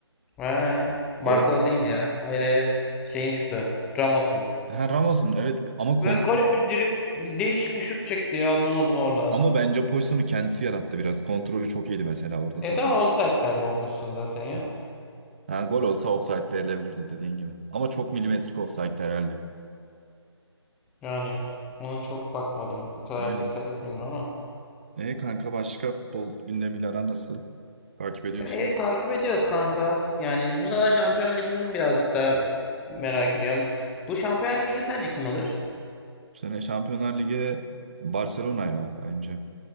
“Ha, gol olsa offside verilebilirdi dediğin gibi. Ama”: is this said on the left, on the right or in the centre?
Right